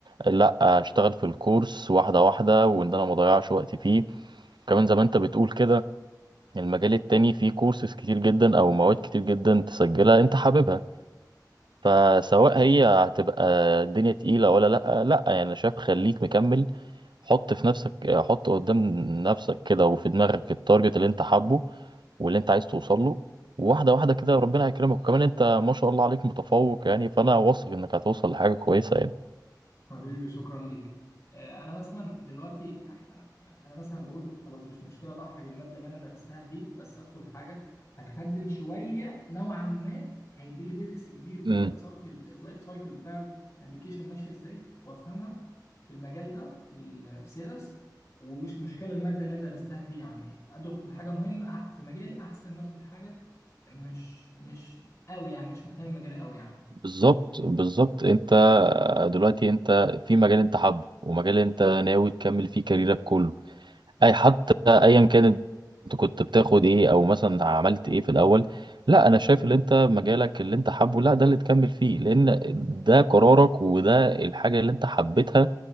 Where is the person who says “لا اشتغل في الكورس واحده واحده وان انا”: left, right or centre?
Right